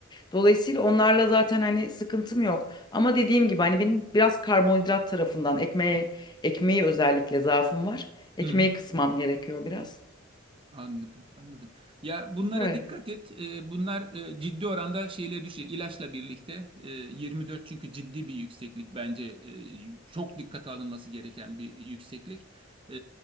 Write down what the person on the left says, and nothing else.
Dolayısıyla onlarla zaten hani sıkıntım yok. Ama dediğim gibi hani benim biraz karbonhidrat tarafından ekmeğe, ekmeği özellikle zaafım var. Ekmeği
kısmam gerekiyor biraz.
Böyle.